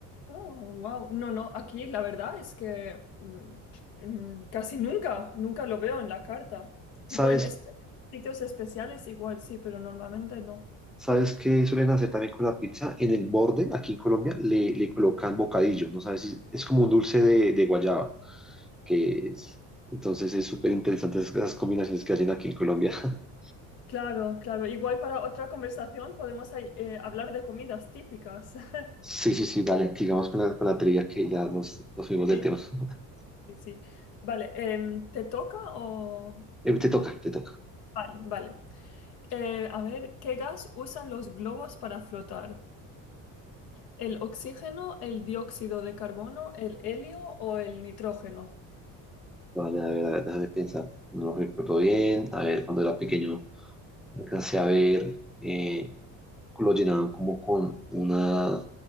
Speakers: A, on the left; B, in the centre.
A: Oh, wow. No, no, aquí la verdad es que mm, mm, casi nunca, nunca lo veo en la carta.
B: ¿Sabes,
A: Tipo en espe- sitios especiales igual, sí, pero normalmente no.
B: sabes qué suelen hacer también con la pizza? En el borde, aquí en Colombia, le, le colocan bocadillo, ¿no sabes? si- Es como un dulce de, de guayaba, que es... Entonces es súper interesante esas esas combinaciones que hacen aquí en Colombia. <laughs>
A: Claro, claro. Igual para otra conversación podemos ahí, eh, hablar de comidas típicas. <laughs>
B: Sí, sí, sí, vale. digamos con la, con la trivia que ya nos, nos fuimos del
A: Sí,
B: tema. <laughs>
A: sí, sí. Vale, em, ¿te toca o...?
B: Eh, te toca, te toca.
A: Vale, vale. Eh, a ver, ¿qué gas usan los globos para flotar? ¿El oxígeno, el dióxido de carbono, el helio o el nitrógeno?
B: Vale, a ver, a ver, déjame pensar. No lo recuerdo bien. A ver, cuando era pequeño alcancé a ver eh, lo llenaban como con una,